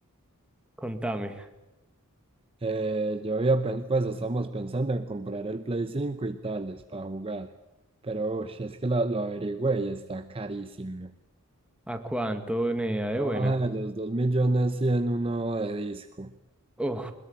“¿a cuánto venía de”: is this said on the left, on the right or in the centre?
Centre